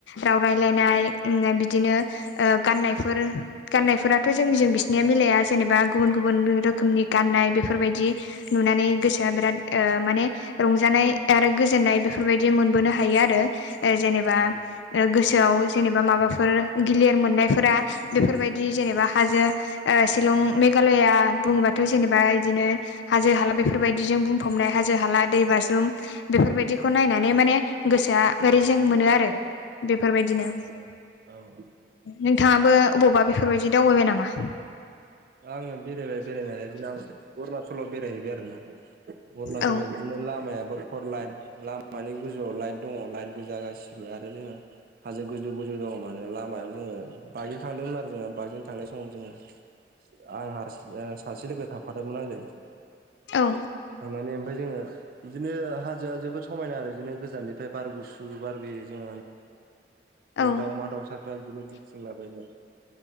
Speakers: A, on the left (about 85°); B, on the right (about 55°).
A: राव रायलायनाय बिदिनो ओ गाननायफोर गाननायफोराथ' जोंनिजों बिसनिया मिलाया जेनेबा गुबुन गुबुन रोखोमनि गाननाय
B: औ
A: बेफोरबायदि नुनानै गोसोआ बिराद माने रंजानाय आरो गोजोननाय बेफोरबायदि मोनबोनो हायो आरो जेनेबा
B: औ
A: गोसोआव जेनेबा माबाफोर गिलिर मोननायफोरा बेफोरबायदि जेनेबा हाजो ओ शिलं मेघालया बुङोबाथ' जेनेबा बिदिनो हाजो हाला बेफोरबायदिजों बुंफबनाय हाजो हाला दै बाज्रुम बेफोरबायदिखौ नायनानै माने गोसोआ ओरै जें मोनो आरो। बेफोरबायदिनो
B: औ औ
A: नोंथाङाबो अबावबा बेफोरबायदि दावबायबाय नामा?
B: दा आङो बेरायबाय बेरायनायालाय बिदिन अरुणाचलाव बेरायहैबाय आरोोना अरुणाचलाव
A: औ
B: बिदिनो लामायाबो फर लाइन लामानि गोजौआव लाइट दङ लाइट गोजा गासिबो आरो जोङहा हाजो गोजौ गोजौ दङ माने लामायाव जोङो बाइकजों थांदोंमोन आरो जोङो बाइकजों थांनाय समाव जोङो आं हारसि सासे लोगो थांफादोंमोन आंजों
A: औ
B: मे ओमफफ्राय जोङो बिदिनो हाजोआ जोबोद समायना आरो बिदिनो गोजाननिफ्राय बार गुसु बारबोयो। जों
A: औ
B: दाउमा दाउसा बिदिनो बिथिं लाबायनाय